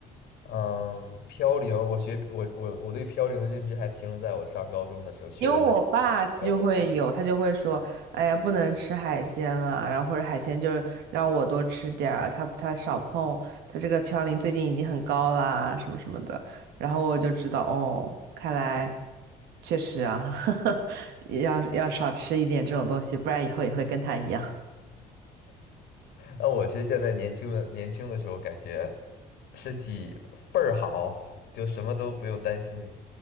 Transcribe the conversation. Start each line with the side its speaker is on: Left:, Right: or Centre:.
Left: 嗯，飘零，我学我我我对飘零的认知还停留在我上高中的时候学的那几个飘零。
Right: 因为我爸就会有，他就会说：“哎呀，不能吃海鲜了，然后或者海鲜就是让我多吃点儿啊，他他少碰，他这个嘌呤最近已经很高啦，什么什么的。”然后我就知道，哦，看来确实啊，<laughs> 要要少吃一点这种东西，不然以后也会跟他一样
Left: 那我其实现在年轻的年轻的时候，感觉身体倍儿好，就什么都不用担心。